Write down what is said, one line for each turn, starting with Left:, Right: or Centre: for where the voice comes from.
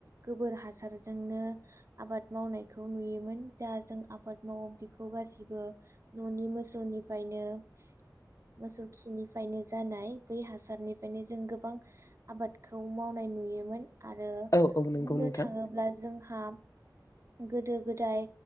Right: गोबोर हासारजोंनो आबाद मावनायखौ नुयोमोन जा जों आबाद मावो बेखौ गासिबो न'नि मोसौनिफ्रायनो ओ मोसौ खिनिफ्रायनो जानाय बै हासारनिफ्रायनो जों गोबां आबादखौ मावनाय नुयोमोन आरो
Left: औ औ नंगौ
Right: बुंनो
Left: नोंथां
Right: थाङोब्ला जोंहा <inaudible> गोदो गोदाय